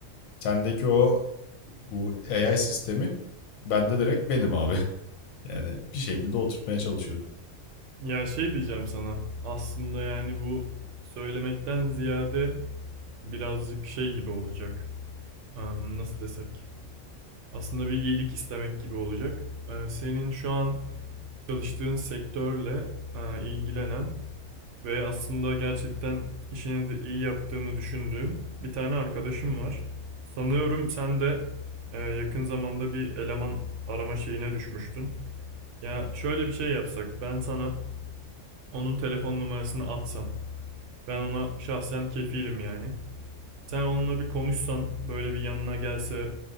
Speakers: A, on the left; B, on the right.
A: Sendeki o bu AI sistemi bende direkt benim abi. <laughs> Yani bir şekilde oturtmaya çalışıyorum.
B: Ya şey diyeceğim sana. Aslında yani bu söylemekten ziyade birazcık şey gibi olacak. Am, Nasıl desek? Aslında bir iyilik istemek gibi olacak. Ee, Senin şu an çalıştığın sektörle e, ilgilenen Ve aslında gerçekten işini de iyi yaptığını düşündüğüm bir tane arkadaşım var. Sanıyorum sen de e, yakın zamanda bir eleman arama şeyine düşmüştün. Ya şöyle bir şey yapsak, ben sana onun telefon numarasını atsam, ben ona şahsen kefilim yani. Sen onunla bir konuşsan, böyle bir yanına gelse,